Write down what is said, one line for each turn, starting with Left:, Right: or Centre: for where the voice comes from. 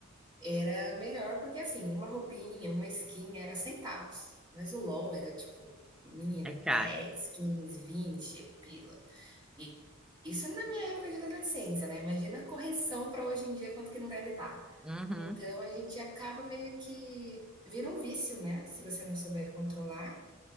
Right: Era melhor porque, assim, uma roupinha, uma skin era centavos, mas o LOL era tipo, menina,
Centre: É
Right: 10
Centre: caro.
Right: 15 20 pila. E isso na minha época de adolescência, né? Imagina a correção para hoje em dia, quanto que não deve estar.
Centre: Uhum,
Right: Então a gente acaba meio que vira um vício, né? Se você não souber controlar.